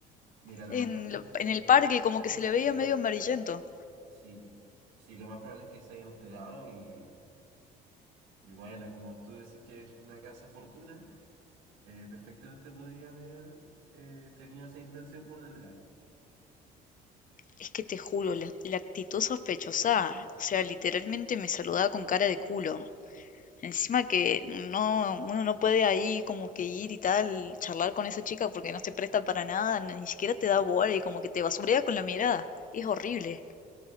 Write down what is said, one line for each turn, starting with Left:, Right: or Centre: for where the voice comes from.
Right: Mira, lo
Left: en,
Right: más probable
Left: la-
Right: es que
Left: en el
Right: esta
Left: parque,
Right: Mariana
Left: y como que se
Right: se
Left: le
Right: haya
Left: veía
Right: enterado.
Left: medio amarillento.
Right: Sí, sí, lo más probable es que se haya enterado y, y bueno, como tú decís que es una casa fortuna, eh, perfectamente podría haber eh, tenido esa intención por detrás.
Left: Es que te juro, la, la actitud sospechosa, o sea, literalmente me saludaba con cara de culo. Encima que no, uno no puede ahí como que ir y tal, charlar con esa chica porque no se presta para nada, ni siquiera te da bola y como que te basurea con la mirada. Es horrible.